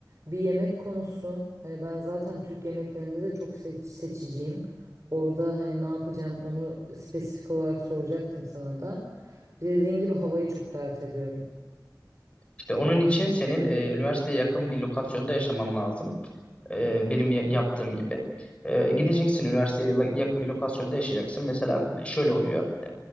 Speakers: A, on the right; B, on the left.
A: bir yemek konusu. Hani ben zaten Türk yemeklerinde de çok seç- seçiciyim. Orada hani ne yapacağım onu spesifik olarak soracaktım sana da. Bir de dediğin gibi havayı çok dert ediyorum.
B: İşte onun için senin e, üniversiteye yakın bir lokasyonda yaşaman lazım. E,
A: Hı.
B: benim ya- yaptığım gibi. E, gideceksin üniversiteye la- yakın bir lokasyonda yaşayacaksın. Mesela şöyle oluyor. E,